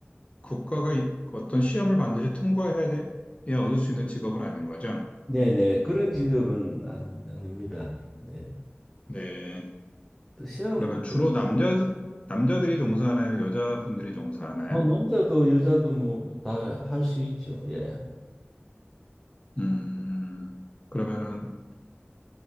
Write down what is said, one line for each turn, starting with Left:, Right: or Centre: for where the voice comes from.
Left: 국가가 이- 어떤 시험을 반드시 통과해야 돼, 야 얻을 수 있는 직업은 아닌 거죠?
Centre: 네네 그런 직업은 안, 아닙니다. 네.
Left: 네.
Centre: 또 시험
Left: 그러면
Centre: 뭐
Left: 주로 남자 남자들이 종사하나요? 여자분들이 종사하나요?
Centre: 뭐 남자도 여자도 뭐 다 할 수 있죠. 예.
Left: 음, 그러면은